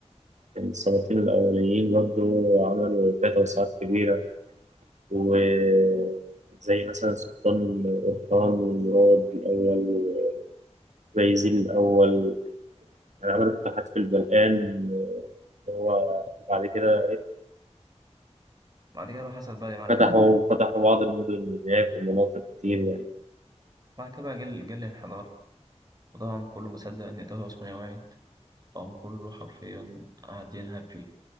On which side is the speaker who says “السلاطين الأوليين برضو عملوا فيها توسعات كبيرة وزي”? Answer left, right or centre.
Right